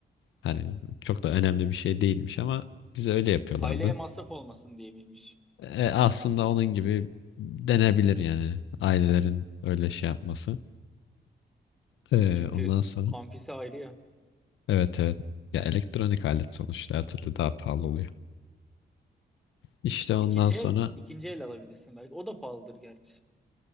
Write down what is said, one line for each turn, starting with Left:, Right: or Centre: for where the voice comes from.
Left: Hani çok da önemli bir şey değilmiş ama bize öyle yapıyorlardı.
Centre: Aileye masraf olmasın diye miymiş?
Left: E, aslında onun gibi denebilir yani ailelerin öyle şey yapması. E,
Centre: Çünkü
Left: ondan sonra
Centre: amfisi ayrı ya.
Left: evet evet ya elektronik alet sonuçta her türlü daha pahalı oluyor. İşte ondan
Centre: İkinci
Left: sonra
Centre: el ikinci el alabilirsin belki. O da pahalıdır gerçi.